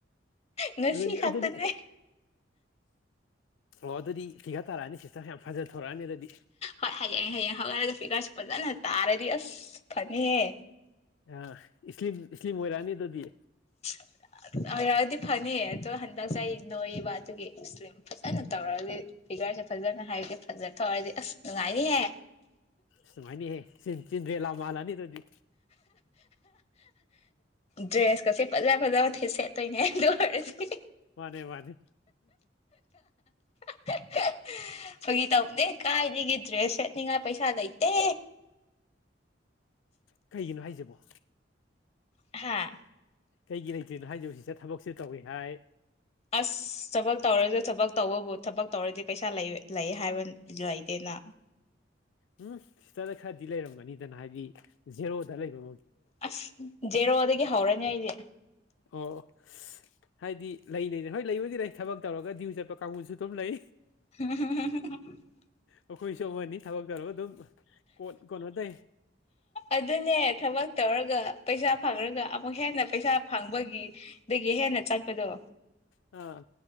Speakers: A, on the left; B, on the left.
A: ꯉꯁꯤ
B: ꯑꯗꯨꯗꯤ
A: ꯈꯛꯇꯅꯦ
B: ꯑꯗꯨꯗꯤ ꯑꯣ ꯑꯗꯨꯗꯤ ꯚꯤꯒꯠ ꯇꯥꯔꯛꯑꯅꯤ ꯁꯤꯁꯇꯔ ꯌꯥꯝ ꯐꯖ ꯊꯣꯔꯛꯑꯅꯤ ꯑꯗꯨꯗꯤ
A: ꯍꯣꯏ ꯍꯌꯦꯡ ꯍꯌꯦꯡ ꯍꯧꯒꯔꯒ ꯐꯤꯒꯔꯁꯦ ꯐꯖꯅ ꯇꯥꯔꯗꯤ ꯑꯁ ꯐꯅꯤꯍ
B: ꯑ ꯏꯁꯂꯤꯝ ꯏꯁꯂꯤꯝ ꯑꯣꯏꯔꯛꯅꯤ ꯑꯗꯨꯗꯤ
A: <inaudible> ꯑꯣꯏꯔꯛꯑꯗꯤ ꯐꯅꯤ ꯑꯗꯣ ꯍꯟꯗꯛꯁꯦ ꯅꯣꯏꯕ ꯑꯗꯨꯒꯤ ꯑꯤꯁꯂꯤꯝ ꯐꯖꯅ ꯇꯧꯔꯑꯗꯤ ꯐꯤꯒꯔꯁꯦ ꯐꯖꯅ ꯍꯥꯏꯕꯗꯤ ꯐꯖꯅ ꯇꯧꯔꯗꯤ ꯑꯁ ꯅꯨꯡꯉꯥꯏꯅꯤꯍꯦ
B: ꯁꯨꯃꯥꯏꯅꯍꯦ ꯆꯤꯟ ꯆꯤꯟꯇ꯭ꯔꯦ ꯂꯥ ꯃꯥꯂꯅꯤ ꯑꯗꯨꯗꯤ
A: ꯗ꯭ꯔꯦꯁ ꯀꯁꯦ ꯐꯖꯥ ꯐꯖꯥꯕ ꯁꯦꯠꯇꯣꯏꯅꯦ ꯑꯗꯨꯅ ꯑꯣꯏꯔꯇꯤ
B: ꯃꯥꯅꯦ ꯃꯥꯅꯦ
A: <inaudible> ꯐꯥꯒꯤ ꯇꯧꯕꯅꯦ ꯀꯥꯏꯗꯒꯤ ꯗ꯭ꯔꯦꯁ ꯁꯦꯠꯅꯤꯉꯥꯏ ꯄꯩꯁꯥ ꯂꯩꯇꯦ
B: ꯀꯩꯒꯤꯅꯣ ꯍꯥꯏꯖꯕꯣ
A: ꯍꯥꯥ
B: ꯀꯩꯒꯤ ꯂꯩꯇ꯭ꯔꯤꯅꯣ ꯍꯥꯏꯁꯤꯕꯣ ꯁꯤꯁꯇꯔ ꯊꯕꯛꯁꯨ ꯇꯧꯏꯤ ꯍꯥꯏ
A: ꯑꯁ ꯊꯕꯛ ꯇꯧꯔꯁꯨ ꯊꯕꯛ ꯇꯧꯕꯕꯨ ꯊꯕꯛ ꯇꯧꯔꯗꯤ ꯄꯩꯁꯥ ꯂꯩ ꯍꯥꯏꯕ ꯌꯥꯏꯗꯦꯅ
B: ꯎꯝ ꯁꯤꯁꯇꯔꯗ ꯈꯔꯗꯤ ꯂꯩꯔꯝꯒꯅꯤꯗꯅ ꯍꯥꯏꯗꯤ ꯖꯦꯔꯣꯗ ꯂꯩꯕ
A: ꯑꯁ ꯖꯦꯔꯣꯗꯒꯤ ꯍꯧꯔꯅꯤ ꯑꯩꯗꯤ
B: ꯑꯣ ꯍꯥꯏꯗꯤ ꯂꯩ ꯂꯩꯗꯅ ꯍꯣꯏ ꯂꯩꯕꯨꯗꯤ ꯂꯩ ꯊꯕꯛ ꯇꯧꯔꯒ ꯗ꯭ꯌꯨ ꯆꯠꯄ ꯀꯥꯡꯕꯨꯁꯨ ꯑꯗꯨꯝ ꯂꯩ
A: <inaudible>
B: ꯑꯩꯈꯣꯏꯁꯨ ꯑꯃꯅꯤ ꯊꯕꯛ ꯇꯧꯔꯒ ꯑꯗꯨꯝ ꯀꯣꯠ ꯀꯅꯣ ꯇꯩ
A: ꯑꯗꯨꯅꯦ ꯊꯕꯛ ꯇꯧꯔꯒ ꯄꯩꯁꯥ ꯐꯪꯔꯒ ꯑꯃꯨꯛ ꯍꯦꯟꯅ ꯄꯩꯁꯥ ꯐꯪꯕꯒꯤ ꯑꯗꯒꯤ ꯍꯦꯟꯅ ꯆꯠꯄꯗꯣ
B: ꯑꯥ